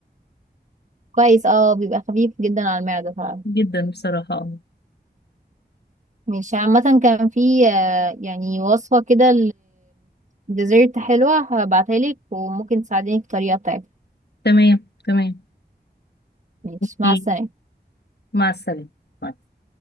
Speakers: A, on the right; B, on the left.
A: كويس اه بيبقى خفيف جدا على المعدة فعلا
B: جدا بصراحة اه
A: مش عامة كان في آه، يعني وصفة كده لديزرت حلوة هبعتها لك وممكن تساعديني في الطريقة بتاعتها
B: تمام تمام
A: ماشي
B: أوكي
A: مع السلامة
B: مع السلامة باي.